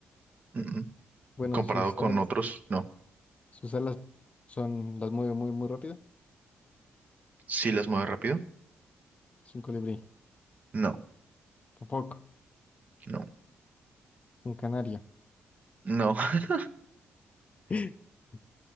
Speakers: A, on the right; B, on the left.
A: mm, mm.
B: Bueno,
A: Comparado
B: sus
A: con
B: alas
A: otros, no.
B: Sus alas son, las mueve muy, muy rápido.
A: ¿Sí las mueve rápido?
B: Es un colibrí.
A: No,
B: Tampoco.
A: no,
B: Es un canario.
A: no. <laughs>
B: <laughs>